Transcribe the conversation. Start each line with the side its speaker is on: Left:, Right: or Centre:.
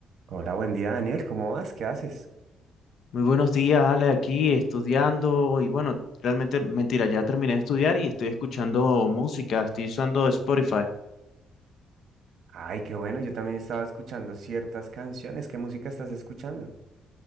Right: Hola, buen día Daniel, ¿cómo vas? ¿Qué haces?
Left: Muy buenos días, Ale, aquí estudiando y bueno, realmente mentira, ya terminé de estudiar y estoy escuchando música, estoy usando Spotify.
Right: Ay, qué bueno, yo también estaba escuchando ciertas canciones. ¿Qué música estás escuchando?